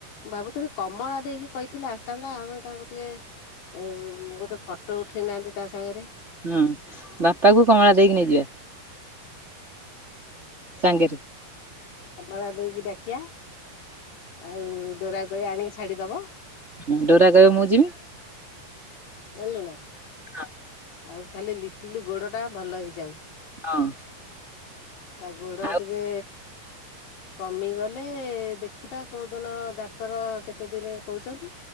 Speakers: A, on the left; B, on the right.
A: ବାବୁ ତମେ କମଳା ଦେଇକି କହିଥିଲେ ଆସିଥାନ୍ତା ଆମେ ତାଙ୍କୁ ଟିକେ ଗୋଟେ ଫଟୋ ଉଠେଇ ନାହାନ୍ତି ତା ସାଙ୍ଗରେ
B: ହୁଁ ବାପାକୁ କମଳା ଦେଇକି ନେଇଯିବା। ସାଙ୍ଗେରେ
A: କମଳା ଦେଇକି ଡାକିଆ ଆଉ ଡରା କହିବି ଆଣିକି ଛାଡିଦବ।
B: ହଁ ଡରା କହିବେ ମୁଁ ଯିବି।
A: ଜାଣିଲୁ ନା।
B: ହଁ
A: ଆଉ କାଲି ଲିଟିଲି ଗୋଡ ଟା ଭଲ ହେଇଯାଉ।
B: ହଁ
A: ତା ଗୋଡ଼
B: ଆଉ
A: ଟିକେ କମିଗଲେ ଦେଖିବା କୋଉଦିନ ଡାକ୍ତର କେତେ ଦିନ କହୁଛନ୍ତି।